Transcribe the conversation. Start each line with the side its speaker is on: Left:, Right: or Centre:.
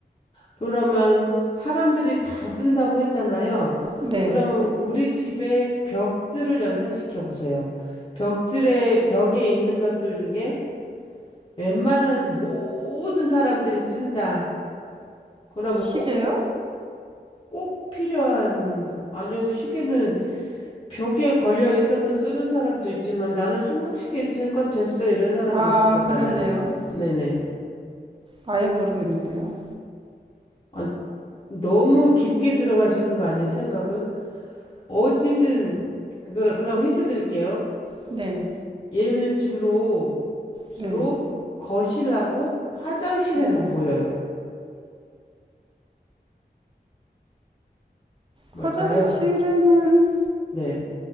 Left: 그러면 사람들이 다 쓴다고 했잖아요.
Right: 네,
Left: 그러면 우리 집에 벽들을 연상시켜 보세요. 벽들의 벽에 있는 것들 중에 웬만한 모든 사람들이 쓴다. 그러면
Right: 시계요?
Left: 꼭, 꼭 필요한, 그- 아니요, 시계는 벽에 걸려 있어서 쓰는 사람도 있지만 나는 손목시계 있으니까 됐어. 이런 사람도
Right: 아,
Left: 있을 거잖아요.
Right: 그렇네요.
Left: 네네.
Right: 아예 모르겠는데요.
Left: 아, 너무 깊게 들어가시는 거 아니에요? 생각을? 어디든 그럼 그럼 힌트 드릴게요.
Right: 네,
Left: 얘는 주로 주로
Right: 네,
Left: 거실하고 화장실에서
Right: 네.
Left: 보여요. 뭘까요?
Right: 화장실에는
Left: 네,